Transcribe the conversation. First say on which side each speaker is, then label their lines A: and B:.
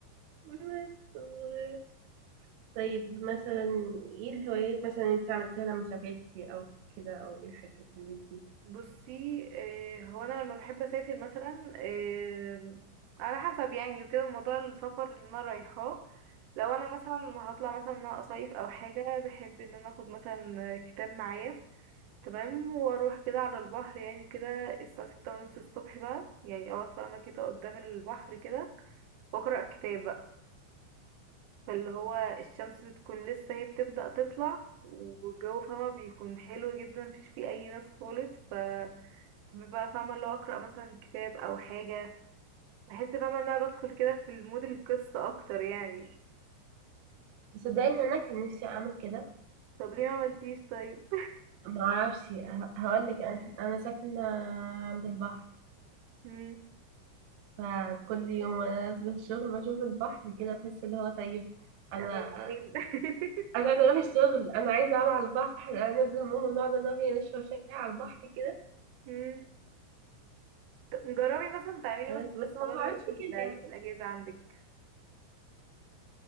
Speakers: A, on the right; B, on the right.
A: بس. طيب مثلا ايه الهوايات مثلا انت عملتيها لما سافرتي او كده او ايه الحاجات اللي انت
B: بصي آه، هو انا لما بحب اسافر مثلا آه، على حسب يعني وكده موضوع السفر اللي انا رايحاه لو انا مثلا هطلع مثلا ان انا اصيف او حاجه بحب ان انا اخد مثلا كتاب معايا تمام واروح كده على البحر يعني كده الساعه ستة ونص الصبح بقى يعني اقعد فاهمه كده قدام البحر كده واقرا كتاب بقى فاللي هو الشمس بتكون لسه هي بتبدا تطلع والجو فاهمه بيكون حلو جدا مفيش فيه اي ناس خالص ف بحب بقى فاهمة اللي هو أقرأ مثلا كتاب أو حاجة بحس فاهمة إن أنا بدخل كده في المود القصة أكتر يعني
A: تصدقي ان انا كان نفسي اعمل كده
B: طب ليه ما عملتيش طيب؟
A: ما اعرفش هقول لك انا أنا ساكنه عند البحر
B: مم.
A: فكل يوم وانا نازله الشغل بشوف البحر كده بحس اللي هو طيب
B: لا
A: انا
B: لو بعدين <laughs>
A: انا عايزه اروح الشغل انا عايزه اقعد على البحر انا نازله ماما نقعد انا وهي نشرب شاي على البحر كده
B: مم. طب جربي مثلا تعملي
A: بس
B: مثلا
A: بس ما
B: الموضوع
A: بعملش
B: ده في ال-
A: كده
B: يوم
A: يعني
B: الأجازة عندك